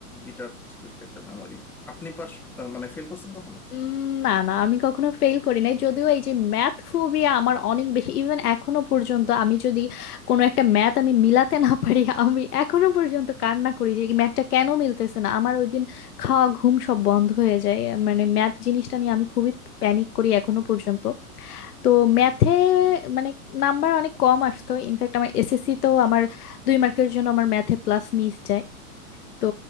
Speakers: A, in the centre; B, on the left (about 75°).
A: বিটার স্টোরিটা একটা মেমোরি আপনি পাস মানে ফেল করছেন কখনো
B: উম, না না আমি কখনো ফেল করি নাই যদিও এই যে ম্যাথ ফোবিয়া আমার অনেক বেশি ইভেন এখনো পর্যন্ত আমি যদি কোনো একটা ম্যাথ আমি মিলাতে না পারি আমি এখনো পর্যন্ত কান্না করি যে ম্যাথটা কেন মিলতেছে না আমার ওই দিন খাওয়া ঘুম সব বন্ধ হয়ে যায় মানে ম্যাথ জিনিসটা নিয়ে আমি খুবই প্যানিক করি এখনো পর্যন্ত তো ম্যাথে মানে নাম্বার অনেক কম আসতো ইনফ্যাক্ট আমার এসএসসি তো আমার দুই মার্কের জন্য আমার ম্যাথে প্লাস মিস যায় তো